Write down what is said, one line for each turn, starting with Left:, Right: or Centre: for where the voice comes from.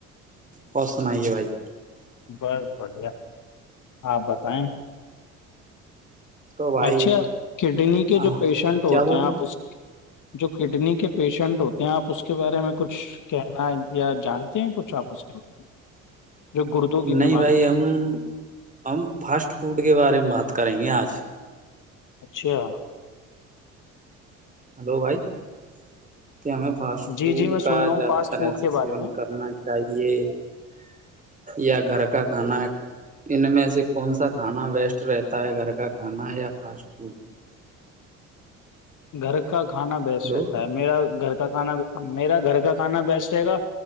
Right: اور سنے بھائی
Left: بس بڑھیا آپ بتائیں
Right: تو بھائی
Left: اچھا کڈنی کے جو
Right: آہ،
Left: پیشنٹ ہوتے
Right: کیا بول
Left: ہیں آپ اس جو کڈنی کے پیشنٹ ہوتے ہیں آپ اس کے بارے میں کچھ کہنا یا جانتے ہیں کچھ آپ اس کے بارے میں جو گردوں کی بیماری
Right: نہیں بھائی
Left: ہوتی
Right: ہم
Left: ہے
Right: ہم فاسٹ فوڈ کے بارے میں بات کر کریں گے آج <unintelligible>
Left: اچھا
Right: ہلو بھائی <unintelligible> کیا ہمیں فاسٹ
Left: جی
Right: فوڈ
Left: جی میں سن
Right: کا
Left: رہا ہوں
Right: زیادہ
Left: فاسٹ
Right: طرح
Left: فوڈ کے
Right: سے سیون
Left: بارے میں
Right: کرنا چاہیے یا <unintelligible> گھر کا کھانا ہے ان میں سے کون سا کھانا ویسٹ رہتا ہے گھر کا کھانا ہے یا فاسٹ فوڈ <unintelligible>
Left: گھر کا کھا بیسٹ
Right: ہلو
Left: رہتا ہے میرا گھر کا کانا بھی <unintelligible> میرا گھر کا کھانا بیسٹ رہے گا